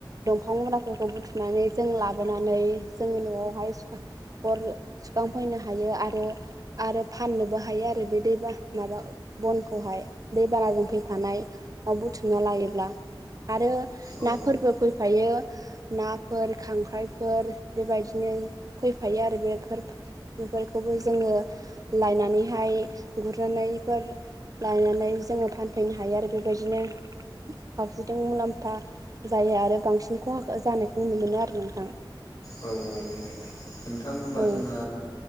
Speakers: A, on the right; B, on the left.
A: दंफां मुराफोरखौ बुथुमनानै जों लाबोनानै जों न'आवहाय सुखां अर सुखांफैनो हायो आरो रो आरो फाननोबो हायो आरो बे दैबा माबा बनखौहाय दैबानाजों फैफानाय आव बुथुमना लायोब्ला आरो
B: औ
A: ना फोरबो फैफायो। नाफोर खांख्राइफोर बेबायदिनो फैफायो आरो बेफोर बेफोरखौबो जोङो लायनानैहाय गुरनाफोर लानानै जोङो फानफैनो हायो आरो बेबायदिनो खावसेजों मुलाम्फा जायो आरो बांसिन खहा जानायखौ नुनो मोनो आरो नोंथां।
B: औ औ नोंथां होनबा
A: औ
B: जोंना